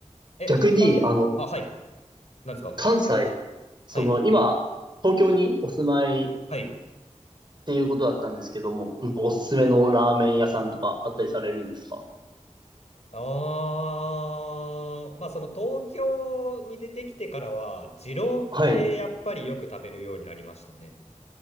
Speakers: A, on the left (about 65°); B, on the right (about 40°).
A: え、
B: 逆に、
A: 他の、
B: あの、
A: あ、はい。なんですか
B: 関西、その、
A: はい。
B: 今、東京にお住まいっ
A: はい。
B: ていうことだったんですけども、なんかおすすめのラーメン屋さんとかあったりされるんですか
A: あー、まあその東京に出てきてからは、二郎系やっぱりよく食べるようになりましたね。
B: はい。